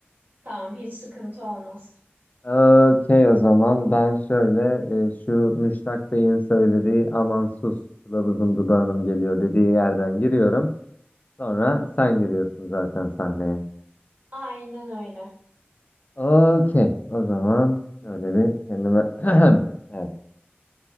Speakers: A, on the right; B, on the left.
A: Tamam, hiç sıkıntı olmaz.
B: Okey o zaman ben şöyle e, şu Müştak Bey'in söylediği aman sus kılavuzum dudağınım geliyor dediği yerden giriyorum. Sonra sen giriyorsun zaten sahneye.
A: Aynen öyle.
B: Okey. O zaman şöyle bir kendime... <clears throat> Evet.